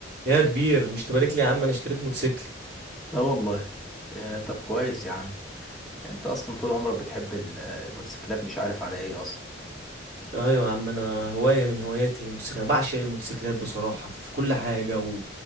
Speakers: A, on the right (about 50°); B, in the centre.
A: يا كبير مش تبارك لي يا عم انا اشتريت موتوسيكل
B: لا والله يا طب كويس يا عم انت اصلا طول عمرك بتحب ال- آه، الموتوسيكلات مش عارف على ايه اصلا
A: ايوه يا عم انا هوايه من هواياتي الموتوسيكل انا بعشق الموتوسيكلات بصراحه في كل حاجه و